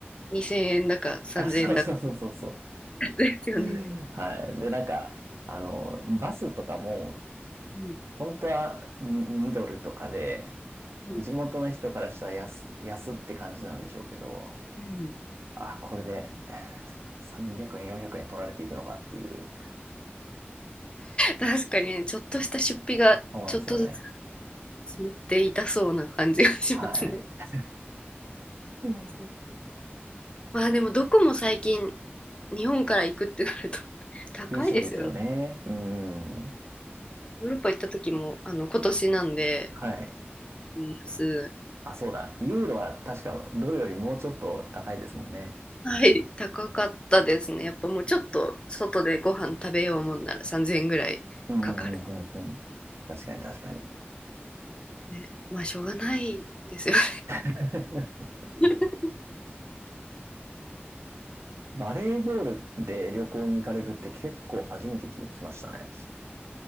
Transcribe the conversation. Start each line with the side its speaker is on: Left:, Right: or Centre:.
Left: 2000円だか3000円だか
Right: あ、そうそうそうそうそ
Left: ですよね。
Right: う。はい。で、なんか、あの、バスとかも、
Left: うん
Right: 本当は 2, ドルとかで、
Left: うん
Right: 地元の人からしたら安、安って感じなんでしょうけど、
Left: うん
Right: あ、これで300円、400円取られていくのかっていう、
Left: 確かにね、ちょっとした出費がちょっとずつ
Right: そうなんですよね。
Left: 積もっていたそうな感じがしますね。
Right: はい。うん。
Left: あそうまあでもどこも最近日本から行くってなると <laughs> 高いですよね。
Right: 厳しいですよね。うん。
Left: ヨーロッパ行った時もあの今年なんで
Right: はい。
Left: 円安
Right: あ、そうだ。ユーロは確かドルよりもうちょっと高いですもんね。
Left: はい、高かったですね。やっぱもうちょっと外でご飯食べようもんなら3000円ぐらいかかる。
Right: うんうんうんうんうん。確かに確かに。
Left: ね、まあしょうがないですよね。
Right: <laughs>
Left: <laughs>
Right: バレーボールで旅行に行かれるって結構初めて聞きましたね。